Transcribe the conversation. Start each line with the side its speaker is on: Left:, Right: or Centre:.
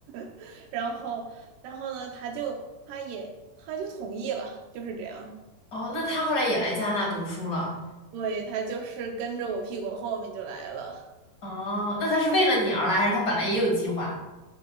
Right: <laughs> 然后，然后呢，他就他也他就同意了，就是这样。
Left: 哦，那他后来也来加拿大读书了。
Right: 对，他就是跟着我屁股后面就来了。
Left: 哦，那他是为了你而来，还是他本来也有计划？